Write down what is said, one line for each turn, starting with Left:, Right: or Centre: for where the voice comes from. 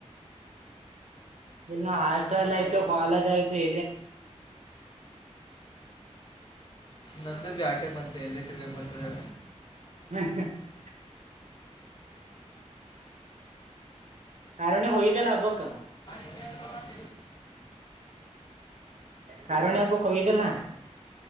Right: ಇಲ್ಲ ಹಾಸ್ಟೆಲ್ ಆಯ್ತು ಕಾಲೇಜ್ ಆಯ್ತುದೇ.
Left: ನಮ್ದು -ಬಿ -ಆಟೆ ಮತ್ತೆ ಎಲ್ಲಿ ತಿರ್ಗಾಕ ಬರ್ತದಳ
Right: ಹ್ಮ ಹ <unintelligible> ಹರನ ಹೋಗದೆ ಲಭಕ <unintelligible>
Left: ಹ
Right: ಕಾರಣ್ಯಾಕು ಕಗಿದ್ದ